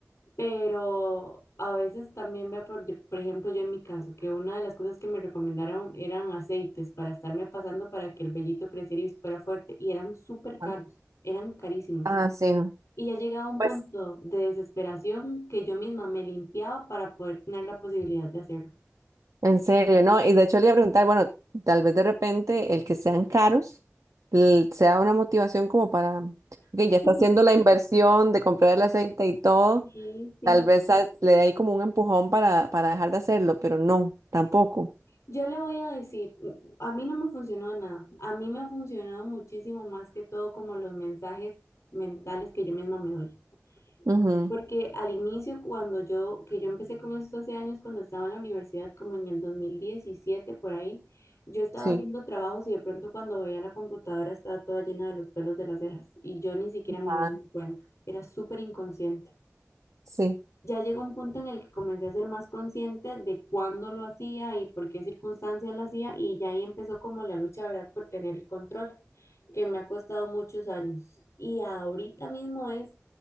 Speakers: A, on the left; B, on the right.
A: Pero a veces también veo, por, yo- por ejemplo, yo en mi caso, que una de las cosas que me recomendaron eran aceites para estarme pasando para que el vellito creciera y fuera fuerte, y eran súper caros,
B: Ah,
A: eran carísimos.
B: ah, sí, no.
A: Y ya llegaba a un
B: pues
A: punto de desesperación que yo misma me limpiaba para poder tener la posibilidad de hacerlo.
B: En serio, ¿no? Y de hecho le iba a preguntar, bueno, tal vez de repente el que sean caros l- sea una motivación como para, que
A: <laughs>
B: ya está haciendo la inversión de comprar el aceite y todo,
A: Sí, sí.
B: tal vez a- le dé ahí como un empujón para, para dejar de hacerlo, pero no, tampoco.
A: Yo le voy a decir, mm, a mí no me funcionó de nada. A mí me ha funcionado muchísimo más que todo como los mensajes mentales que yo misma me doy.
B: Ujú,
A: Porque al inicio, cuando yo, que yo empecé con esto hace años, cuando estaba en la universidad, como en el 2017 por ahí, yo estaba
B: sí.
A: haciendo trabajos y de pronto cuando veía la computadora estaba toda llena de los pelos de las cejas y yo ni siquiera me
B: Ah,
A: había dado cuenta. Era súper inconsciente
B: sí.
A: ya llegó un punto en el que comencé a ser más consciente de cuándo lo hacía y por qué circunstancias lo hacía y ya ahí empezó como la lucha, ¿verdad?, por tener el control, que me ha costado muchos años. Y ahorita mismo es,